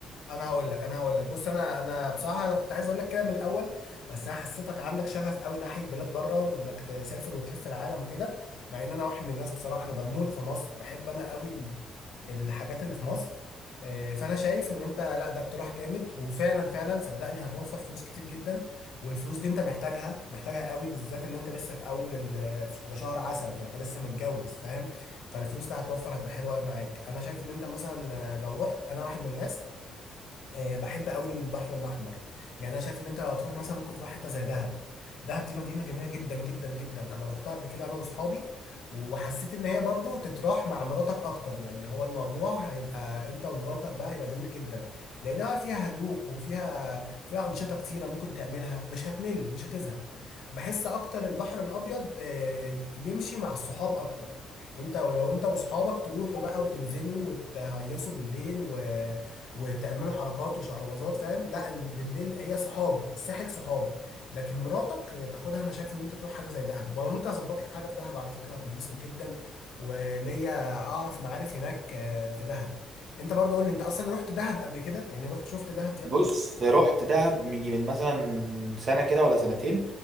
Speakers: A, on the left; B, on the right.
A: انا هقول لك انا هقول لك بص انا انا بصراحه انا كنت عايز اقول لك كده من الاول بس انا حسيتك عندك شغف قوي ناحيه بلاد بره وانك تسافر وتلف العالم وكده مع ان انا واحد من الناس بصراحه انا بموت في مصر بحب انا قوي ال- الحاجات اللي في مصر آه، فانا شايف ان انت لا ده اقتراح جامد وفعلا فعلا صدقني هتوفر فلوس كتير جدا والفلوس دي انت محتاجها محتاجها قوي بالذات ان انت لسه في اول ال- في- ده شهر عسل فانت لسه متجوز فاهم فالفلوس ده هتوفر هتبقى حلوه قوي معاك انا شايف ان انت مثلا آه، لو رحت انا واحد من الناس آه، بحب قوي البحر الاحمر يعني انا شايف ان انت لو هتروح مثلا ممكن تروح حته زي دهب دهب دي مدينه جميله جدا جدا جدا انا روحتها قبل كده انا واصحابي وحسيت ان هي برضو تتراح مع مراتك اكتر يعني هو الموضوع هيبقى انت ومراتك بقى هيبقى جميل جدا لانها فيها هدوء وفيها فيها انشطه كتيره ممكن تعملها مش هتمل مش هتزهق بحس اكتر البحر الابيض آه، يمشي مع الصحاب اكتر انت لو انت واصحابك تروحوا بقى وتنزلوا وتهيصوا بالليل و وتعملوا حركات وشقرباظات فاهم لا ال- بالليل هي صحاب الساحل صحاب لكن مراتك تاخدها انا شايف ان انت تروح حاجه زي دهب وانا ممكن اظبط لك حاجه في دهب على فكره هتنبسط جدا وليا اعرف معارف هناك آه، في دهب انت برضو قول لي انت اصلا رحت دهب قبل كده يعني رحت شفت دهب دي
B: بص
A: قبل كده
B: رحت دهب من من مثلا سنة كده ولا سنتين